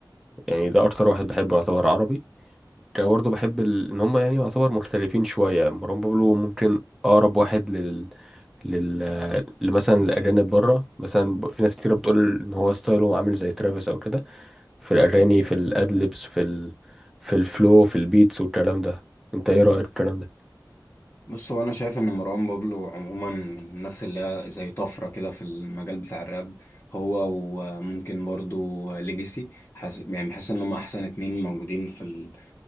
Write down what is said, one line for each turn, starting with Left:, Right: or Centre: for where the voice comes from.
Centre: يعني ده اكتر واحد بحبه يعتبر عربي كده برضو بحب ال... ان هم يعني يعتبر مختلفين شويه مروان بابلو ممكن اقرب واحد لل لل آه، لمثلا الاجانب بره مثلا ب- في ناس كتير بتقول ان هو ستايله عامل زي ترافيس او كده في الأغاني في الأدلبس في ال... في الفلو في البيتس والكلام ده انت ايه رأيك في الكلام ده
Left: بص هو انا شايف ان مروان بابلو عموما من الناس اللي هي زي طفره كده في المجال بتاع الراب هو وممكن برضو ليجاسي حس... يعني بحس ان هم احسن اتنين موجودين في